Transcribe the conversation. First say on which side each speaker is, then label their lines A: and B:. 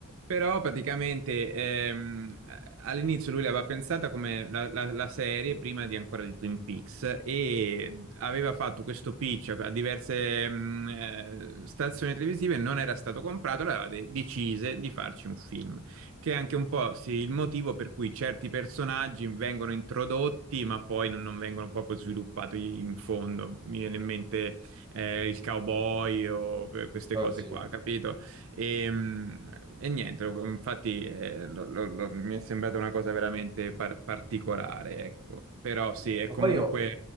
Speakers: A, on the right (about 65°); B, on the right (about 20°).
A: Però praticamente ehm, all'inizio lui l'aveva pensata come la, la- la serie prima di ancora di Twin Peaks e aveva fatto questo pitch a diverse mm, eh, stazioni televisive, non era stato comprato, allora de- decise di farci un film, che è anche un po' sì, il motivo per cui certi personaggi vengono introdotti ma poi non, non vengono proprio sviluppati in fondo. Mi viene in mente eh, il cowboy o eh, queste
B: eh,
A: cose
B: sì.
A: qua, capito? E, mm, e niente, lo- infatti eh, lo- lo- lo- mi è sembrata una cosa veramente par- particolare, ecco. Però sì, è
B: Ma
A: comunque
B: poi io...